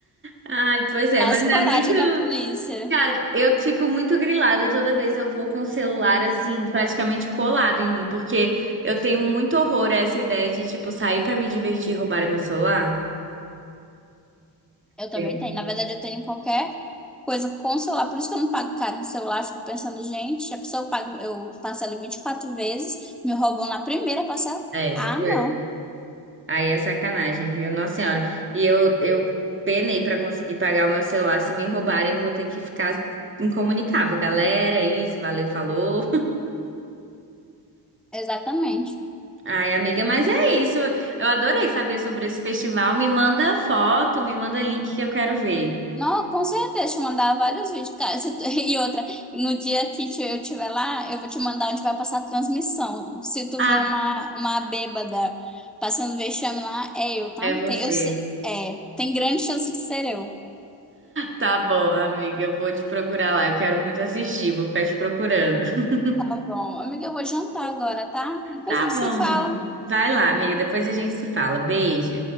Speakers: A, on the right (about 30°); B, in the centre.
A: Ai, pois é,
B: Mas
A: mas
B: coragem
A: é muito.
B: que a polícia.
A: Cara, eu fico muito grilada toda vez eu vou com o celular assim, praticamente colado em mim, porque eu tenho muito horror a essa ideia de, tipo, sair pra me divertir e roubarem meu celular.
B: Eu
A: Tenho.
B: também tenho. Na verdade, eu tenho qualquer coisa com celular. Por isso que eu não pago caro no celular. Eu Fico pensando, gente, a pessoa paga, eu parcelo em 24 vezes, me roubam na primeira parcela.
A: É,
B: Ah,
A: putz,
B: não.
A: aí é sacanagem, viu? Nossa Senhora. E eu, eu penei pra conseguir pagar o meu celular. Se me roubarem, eu vou ter que ficar incomunicável. Galera, é isso, valeu, falou.
B: Exatamente.
A: Ai, amiga, mas é isso. Eu adorei saber sobre esse festival. Me manda foto, me manda link que eu quero ver.
B: Não, com certeza, te mandar vários vídeos, cara. Se tu- <laughs> E outra, no dia que ti- eu estiver lá, eu vou te mandar onde vai passar a transmissão. Se tu
A: Ah,
B: vê uma, uma bêbada passando vexame lá, é eu, tá?
A: é você.
B: Tem, eu, se- é, tem grande chance de ser eu.
A: Tá bom, amiga, eu vou te procurar lá. Eu quero muito assistir, vou ficar te procurando. <laughs>
B: Tá bom. Amiga, eu vou jantar agora, tá? Depois
A: Tá
B: a gente
A: bom,
B: se fala.
A: amiga. Vai lá, amiga, depois a gente se fala. Beijo.